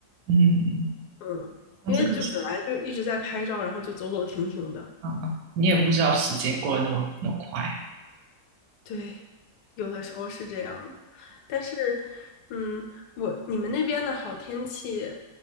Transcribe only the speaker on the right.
嗯，
那这个是
啊，你也不知道时间过得那么那么快。